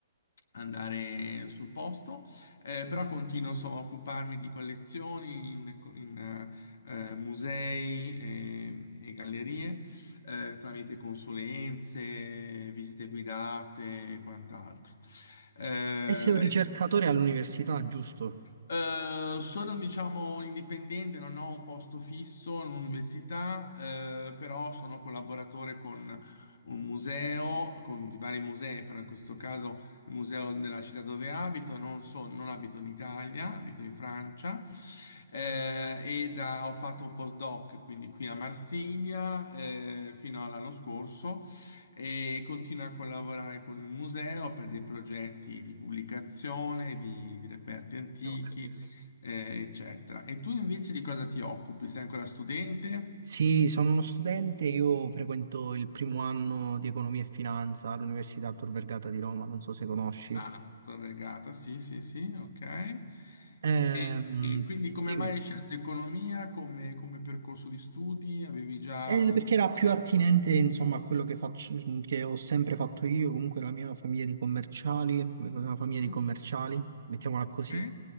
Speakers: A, on the left; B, on the right.
A: andare sul posto. Eh, però continuo insomma, a occuparmi di collezioni in, in, eh, musei e, e gallerie eh, tramite consulenze, visite guidate e quant'altro. Sì. Eh,
B: E sei un ricercatore all'università, giusto?
A: eh, sono, diciamo, indipendente, non ho un posto fisso in un'università, eh, però sono collaboratore con un museo, con vari musei, però in questo caso il museo nella città dove abito, non so- non abito in Italia, abito in Francia, eh, e da- ho fatto un postdoc, quindi qui a Marsiglia, eh, fino all'anno scorso e continua a collaborare con il museo per dei progetti di pubblicazione, di, di reperti antichi,
B: no, ho capito.
A: eh, eccetera. E tu invece di cosa ti occupi? Sei ancora studente?
B: Sì, sono uno studente, io frequento il primo anno di economia e finanza all'Università Tor Vergata di Roma, non so se conosci.
A: Ah, ancora vergata, sì, sì, sì, ok.
B: Ehm,
A: E, e quindi come
B: dimmi.
A: mai hai scelto economia come, come percorso di studi? Avevi già
B: Eh, perché
A: dei
B: era più
A: interessi?
B: attinente, insomma, a quello che faccio, che ho sempre fatto io, comunque la mia famiglia di commerciali, vengo da una famiglia
A: Mm,
B: di commerciali, mettiamola così.
A: Ok.